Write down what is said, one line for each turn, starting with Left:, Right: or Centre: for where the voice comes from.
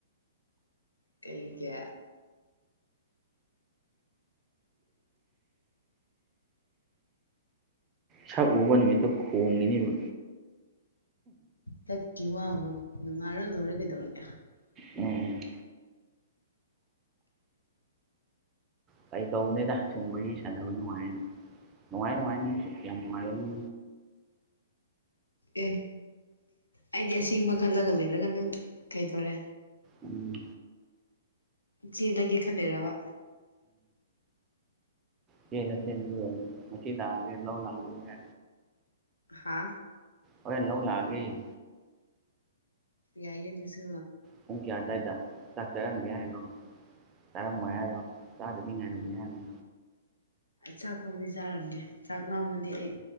Left: ꯀꯩꯒꯤ
Right: ꯁꯛ ꯎꯨꯕ ꯅꯨꯃꯤꯠꯇ ꯈꯣꯡꯉꯤꯅꯦꯕ
Left: ꯁꯥꯛꯒꯤ ꯋꯥꯕꯨ ꯅꯨꯡꯉꯥꯢꯔ ꯂꯣꯢꯔꯦ ꯀꯩꯗꯧꯔꯒꯦ
Right: ꯎꯝ ꯎꯝ ꯐꯒꯤ ꯇꯧꯕꯅꯤꯗ ꯁꯨꯝ ꯋꯥꯔꯤ ꯁꯥꯟꯅꯕ ꯅꯨꯡꯉꯥꯏꯅꯕꯅ ꯅꯨꯡꯉꯥꯏ ꯅꯨꯡꯉꯥꯏꯅ ꯌꯥꯝ ꯅꯨꯡꯉꯥꯏꯔꯅꯤ
Left: ꯑꯦ ꯑꯩꯗꯤ ꯑꯁꯦꯡꯕ ꯈꯜꯂꯒ ꯂꯩꯔꯒ ꯅꯪ ꯀꯩꯗꯧꯔꯦ
Right: ꯎꯝ
Left: ꯆꯦꯜꯂꯒꯦ ꯈꯟꯂꯤꯔꯕ
Right: ꯆꯦꯜꯂꯣꯢ ꯆꯦꯟꯕꯤꯔꯣꯢꯅꯦ ꯉꯁꯤ ꯂꯥꯛꯑꯒ ꯂꯧ ꯂꯥꯛꯑꯒꯦ
Left: ꯍꯥꯥ
Right: ꯍꯣꯔꯦꯟ ꯂꯧ ꯂꯥꯛꯑꯒꯦ
Left: ꯌꯥꯏꯌꯦ ꯑꯗꯨꯁꯨ
Right: ꯄꯨꯡ ꯀꯌꯥ ꯑꯗꯨꯋꯥꯏꯗ ꯂꯥꯛ ꯆꯔꯝꯒꯦ ꯍꯥꯏꯅꯣ ꯆꯥꯔꯝꯃꯣ ꯍꯥꯢꯅꯣ ꯆꯥꯕꯗꯤ ꯍꯥꯢꯔꯝꯒꯦ ꯍꯥꯢꯅꯣ
Left: ꯑꯁ ꯆꯥꯛ ꯐꯥꯎꯕꯗꯤ ꯆꯥꯔꯝꯒꯦ ꯆꯥꯛ ꯂꯥꯝꯃꯗꯤ ꯑꯩ